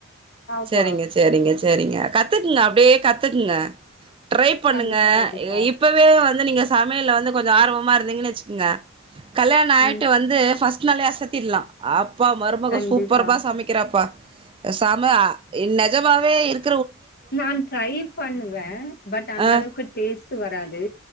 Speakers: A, on the left; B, on the right.
A: ஆமா
B: சேரிங்க சேரிங்க சேரிங்க கத்துக்குங்க அப் அப்டியே கத்துக்குங்க ட்ரை பண்ணுங்க
A: கண்டிப்பா கண்டிப்பா
B: இப்பவே வந்து நீங்க சமையல்ல வந்து கொஞ்சோ ஆர்வமா இருந்தீங்கன்னு வச்சுக்கோங்க கல்யாணம் ஆயிட்டு
A: ம்
B: வந்து ஃபஸ் ட்னாலே அசத்திட்லா, அ ப்பா மருமக
A: கண்டிப்பா
B: சூப்பர்ப்பா சமைக்கிறாப்பா செம நெஜமாவே இருக்
A: நான் ட்ரை பண்ணுவே, பட் அந்த
B: ஆ
A: அளவுக்கு டேஸ்ட் வராது